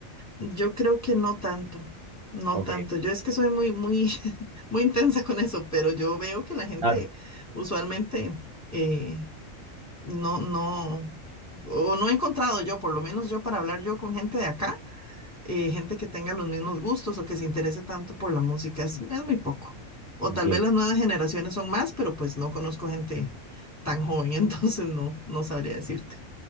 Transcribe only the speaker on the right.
Ok,
claro.
entiendo